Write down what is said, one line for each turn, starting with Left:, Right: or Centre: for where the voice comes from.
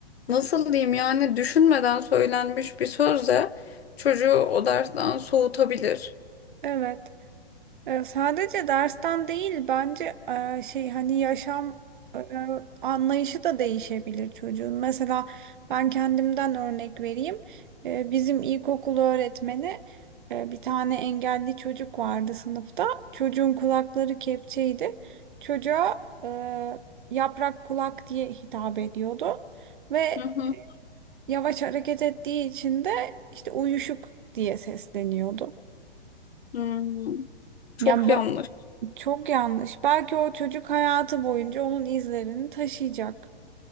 Left: nasıl diyeyim yani düşünmeden söylenmiş bir söz de çocuğu o dersten soğutabilir.
Right: Evet. E, Sadece dersten değil bence e, şey hani yaşam e, anlayışı da değişebilir çocuğun. Mesela ben kendimden örnek vereyim. E, Bizim ilkokul öğretmeni e, bir tane engelli çocuk vardı sınıfta. Çocuğun kulakları kepçeydi. Çocuğa e, yaprak kulak diye hitap ediyordu. Ve
Left: Hı hı.
Right: yavaş hareket ettiği için de işte uyuşuk diye sesleniyordu.
Left: Hmm, çok
Right: Yani bu
Left: yanlış.
Right: Çok yanlış. Belki o çocuk hayatı boyunca onun izlerini taşıyacak.